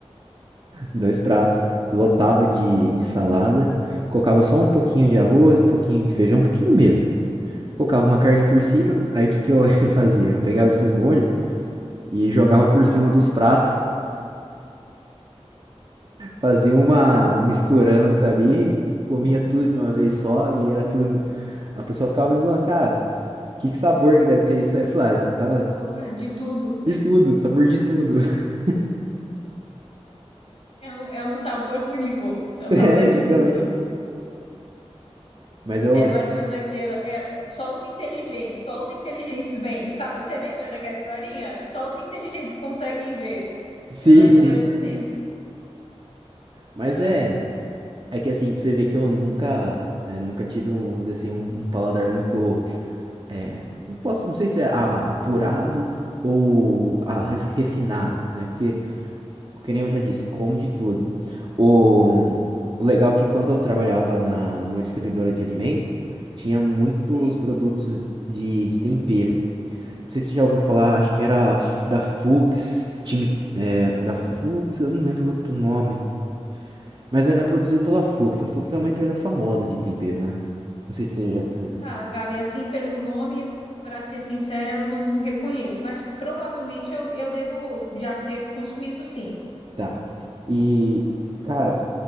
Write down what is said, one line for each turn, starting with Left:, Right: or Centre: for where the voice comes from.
Right: Dois pratos. Lotava de, de salada, colocava só um pouquinho de arroz, um pouquinho de feijão, um pouquinho mesmo. Colocava uma carne por
Left: Aham.
Right: cima, aí o que que eu <laughs> fazia? Eu pegava esses molhos e jogava por cima dos pratos, fazia uma, uma misturança
Left: Sei.
Right: ali, e comia tudo de uma vez só, e era tudo. A pessoa ficava mais zoando, cara, que, que sabor que deve ter isso aí? Eu falava, ah, isso tá
Left: Oh, é de tudo.
Right: de tudo, sabor de tudo. <laughs>
Left: É um, é um sabor único, é um
Right: É,
Left: sabor
Right: exatamente.
Left: de tudo.
Right: Mas eu.
Left: É mais ou menos aquela. É, é- só os inteligentes, só os inteligentes veem. Sa- Você lembra daquela historinha? Só os inteligentes conseguem ver.
Right: Sim,
Left: É mais
Right: sim.
Left: ou menos isso.
Right: Mas
Left: Ai,
Right: é.
Left: que.
Right: É que assim, pra você ver que eu nunca, né, nunca tive, um, vamos dizer assim, um, um paladar muito, é, não posso, não sei se é a- apurado ou a re- refinado, né? Porque, que nem eu já disse, como de tudo. O, o legal é que quando eu trabalhava na, numa distribuidora de alimento, tinha muitos
Left: Sei.
Right: produtos de, de tempero. Não sei se você já ouviu falar, acho que era f- da Fuchs, time, é, da Fuchs, eu não lembro outro nome. Mas era produzido pela Fux. A Fux é uma empresa famosa de tempero, né? Não sei se você já viu.
Left: Tá, Gabi, assim, pelo nome, para ser sincera, eu não reconheço, mas provavelmente eu, eu devo já ter consumido, sim.
Right: Tá. E, cara,